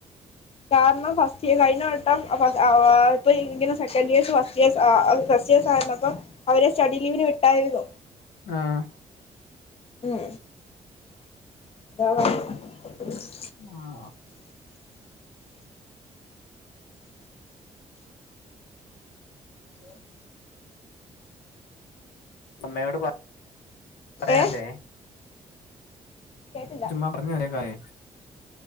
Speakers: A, on the left (about 45°); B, on the left (about 85°).
A: കാരണം ഫസ്റ്റിയേസ് കഴിഞ്ഞവട്ടം അഫസ് ആഹ് ഇപ്പൊ ഇങ്ങനെ സെക്കന്റിയേസ് ഫസ്റ്റിയേസ് ആഹ് ഫസ്റ്റിയേസായിര്ന്നപ്പൊ അവരെ സ്റ്റഡിലീവിന് വിട്ടായിരുന്നു
B: ആഹ്
A: ഉം അസ്സലാമുഅലൈക്കും
B: ഇന്നാഹ ലോ അമ്മയോട് പ പറയാല്ലേ
A: ഏ കേട്ടില്ല
B: ചുമ്മാ പറഞ്ഞേ ഒരെ കാര്യേ